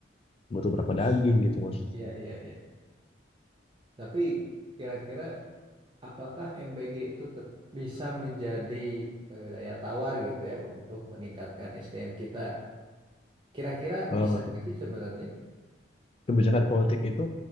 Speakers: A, on the left; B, on the right.
A: butuh berapa
B: Terus,
A: daging gitu maksudnya
B: iya, iya, iya. Tapi kira-kira apakah MBG itu tet- bisa menjadi eh, daya tawar gitu ya untuk meningkatkan SDM kita? Kira-kira
A: Eh,
B: bisa nggak sih sebenarnya?
A: kebijakan politik itu